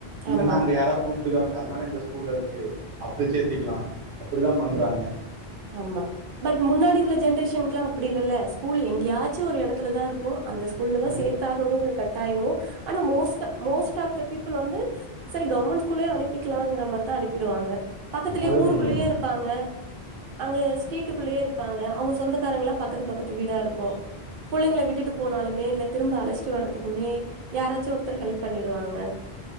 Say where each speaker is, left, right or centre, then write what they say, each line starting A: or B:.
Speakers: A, on the right (about 85°); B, on the right (about 65°).
A: இல்லன்னா
B: ஆமா
A: அங்க யாராவது கூப்பிட்டு அதனால இந்த ஸ்கூல்ல இருக்கு அப்படி சேர்த்திக்கலாம் அப்படிதான் பண்றாங்க
B: ஆமா பட் முன்னாடி உள்ள ஜென்ரெசன்கலாம் அப்படி இல்ல ஸ்கூல் எங்கேயாச்சும் ஒரு இடத்துல தான் இருக்கும் அந்த ஸ்கூல்ல தான்
A: ஆ,
B: சேர்த்தாகணுங்கிற கட்டாயமும் ஆனா most most of the people வந்து செரி கவர்மெண்ட் ஸ்கூலே அனுப்பிக்கலங்கிற மாரிதான் அனுப்பிடுவாங்க பக்கத்துலயே
A: அதுவும்
B: ஊருக்குள்ளயே
A: உண்மைதான்
B: இருப்பாங்க அங்க ஸ்ட்ரீட்டுக்குள்ளயே இருப்பாங்க அவங்க சொந்தக்காரங்களல்லாம் பக்கத்து பக்கத்து வீடா இருக்கும் புள்ளைங்கள விட்டுட்டு போனாலுமே இல்ல திரும்ப அழைச்சிட்டு வர்றதுக்குமே யாராச்சும் ஒருத்தர் ஹெல்ப் பண்ணிடுவாங்க